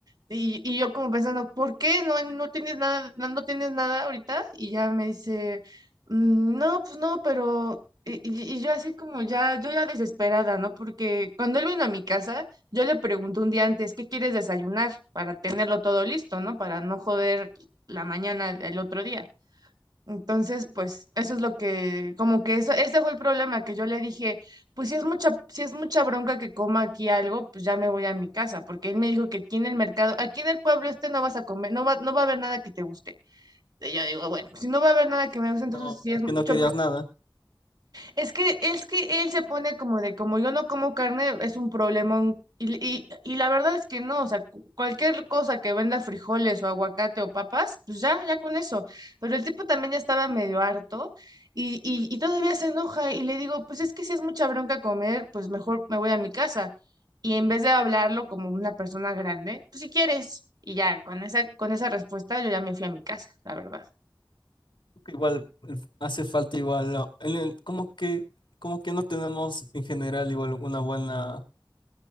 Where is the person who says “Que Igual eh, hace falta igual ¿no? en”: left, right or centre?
Left